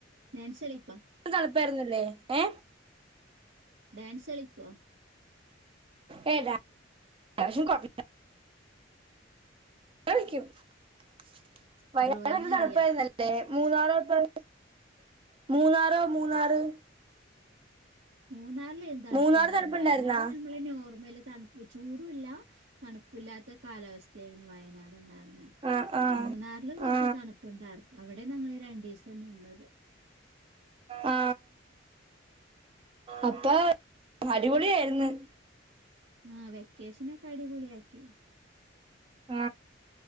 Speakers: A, on the right (about 70°); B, on the right (about 30°).
A: ഞാൻ <unintelligible>
B: <unintelligible> ഏ
A: ഡാൻസ് കളിക്കുവാ.
B: ഏ <inaudible> <unintelligible>
A: ഡ്രോയിങ്
B: തണുപ്പായിരുന്നല്ലേ?
A: അറിയാ
B: <unintelligible> മൂന്നാറോ മൂന്നാറ്
A: മൂന്നാ <unintelligible> ഇണ്ടാർന്നത്
B: മൂന്നാറ് തണുപ്പുണ്ടായിരുന്നാ
A: വയനാട് നമ്മളെന്നെ <unintelligible> തണുപ്പ് ചൂടുല്ല തണുപ്പില്ലാത്ത കാലാവസ്ഥയായിരുന്നു വയനാട്. <unintelligible>
B: ആ
A: <unintelligible>
B: ആ
A: മൂന്നാറില് കൊറച്ച്
B: ആ
A: തണുപ്പുണ്ടാർന്ന്. അവിടെ ഞങ്ങൾ രണ്ടീസം നിന്നത്.
B: ആ അപ്പ അടിപൊളിയായിരുന്നു.
A: ആ വെക്കേഷനൊക്കെ അടിപൊളിയാക്കി
B: ആ